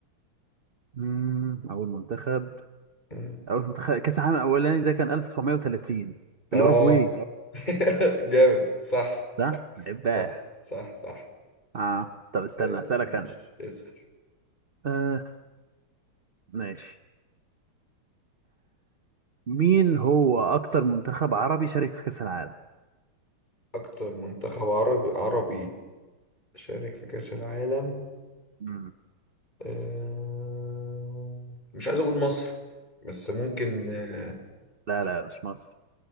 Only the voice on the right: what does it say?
مم... أول منتخب
أول منتخب كأس العالم الأولاني ده كان 1930
الأوروجواي سهل.
صح؟ بقى
اه طب استنى
أسألك
أنا
آه ماشي مين هو أكتر منتخب عربي شارك في كأس العالم؟
مم.
لا لا مش مصر